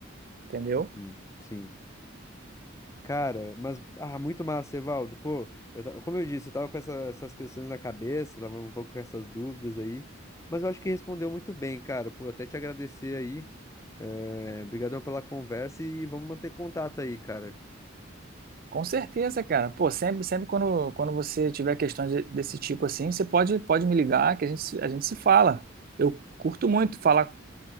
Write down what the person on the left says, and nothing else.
uhum, Sim. Cara, mas ah, muito massa, Evaldo. Pô, eu, ta- como eu disse, eu tava com essa- essas questões na cabeça, tava um pouco com essas dúvidas aí, mas eu acho que respondeu muito bem, cara. Pô, até te agradecer aí. É, brigadão pela conversa e vamos manter contato aí, cara.